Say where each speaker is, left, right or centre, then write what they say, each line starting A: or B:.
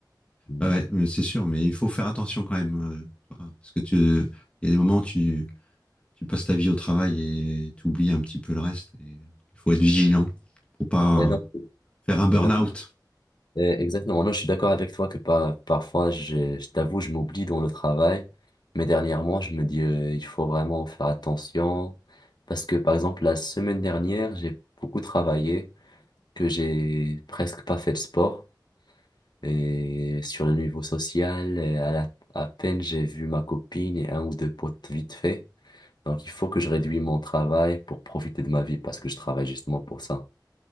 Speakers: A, on the left; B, on the left.
A: Mm.
B: Ouais, mais c'est sûr, mais il faut faire attention quand même. euh, tu vois, parce que tu, il y a des moments où tu, tu passes ta vie au travail et tu oublies un petit peu le reste. Et euh, il faut être vigilant pour pas
A: Et non,
B: faire un burn-out.
A: et non, et exactement. Non, je suis d'accord avec toi que pas, parfois, je, je t'avoue, je m'oublie dans le travail, mais dernièrement, je me dis, euh, il faut vraiment faire attention parce que, par exemple, la semaine dernière, j'ai beaucoup travaillé, que j'ai presque pas fait de sport. Et sur le niveau social, euh, à la- à peine j'ai vu ma copine et un ou deux potes vite fait. Donc il faut que je réduise mon travail pour profiter de ma vie parce que je travaille justement pour ça.